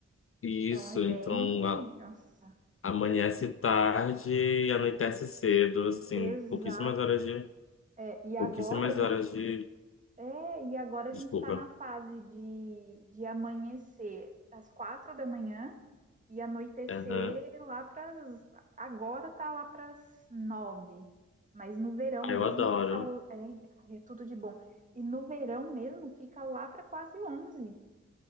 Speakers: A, on the left; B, on the right.
A: Isso,
B: Então é bem.
A: então a-
B: Nossa,
A: amanhece tarde e anoitece cedo, assim,
B: exato.
A: pouquíssimas horas de
B: É, e
A: pouquíssimas
B: agora a gente.
A: horas de
B: É, e agora a gente
A: Desculpa.
B: tá na fase de, de amanhecer às quatro da manhã e anoitecer
A: Aham.
B: lá para Agora tá lá pras nove. Mas no verão
A: Ah,
B: mesmo
A: eu adoro.
B: fica. É, ai, é tudo de bom. E no verão mesmo fica lá para quase onze.